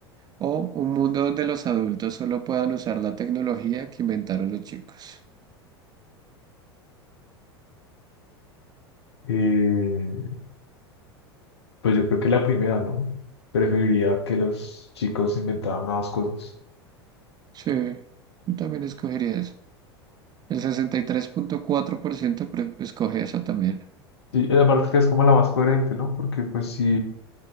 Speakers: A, on the right; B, on the left.
A: o un mundo donde los adultos solo puedan usar la tecnología que inventaron los chicos.
B: eh, pues yo creo que la primera, ¿no? Preferiría que los chicos inventaran nuevas cosas.
A: Sí, yo también escogería eso. El 63.4% pre- escoge esa también.
B: Sí, Y aparte que es como la más coherente, ¿no? Porque pues sí,